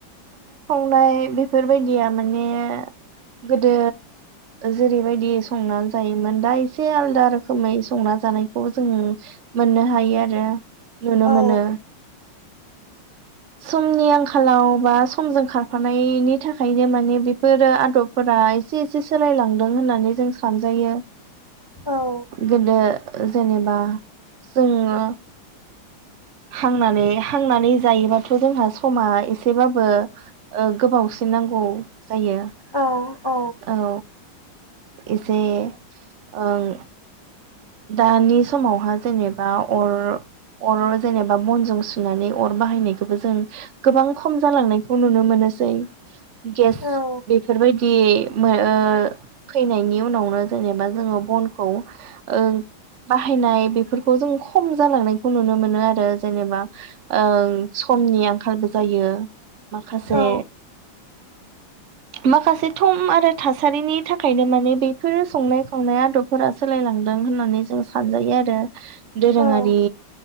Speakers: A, on the right; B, on the left.
A: फ्राय बेफोरबायदिया माने गोदो जेरैबायदि संनानै जायोमोन दा एसे आलदा रोखोमै संना जानायखौ जों। मोननो हायो आरो। नुनो
B: औ
A: मोनो। समनि आंखालाव बा। समजों खारफानायनि थाखायनो माने। बेफोरो आदबफोरा एसे एसे सोलायलांदों होननानै जों सानजायो।
B: औ
A: गोदो। जेनेबा। जोङो हांनानै हांनानै जायोबाथ जोंहा समा एसेबाबो ओ गोबावसिन नांगौ। जायो
B: औ
A: औ। एसे ओं दानि समावहा जेनेबा अर अर जेनेबा बनजों सुनानै अर बाहायनायखौबो जों गोबां खम जालांनायखौ नुनो मोनोसै। गेस
B: औ
A: बेफोरबायदि। मो ओ फैनायनि उनावनो जेनेबा जोङो बनखौ। ओं बाहायनाय बेफोरखौ जों खम जालांनायखौ नुनो मोनो आरो जेनेबा ओ‌ समनि आंखालबो जायो। माखासे।
B: औ
A: माखासे थम आरो थास थासारिनि थाखायनो माने बेफोरो संनाय खावनाय आदबफोरा सोलायलांद दों होननानै जों सानजायो आरो। दोरोङारि।
B: औ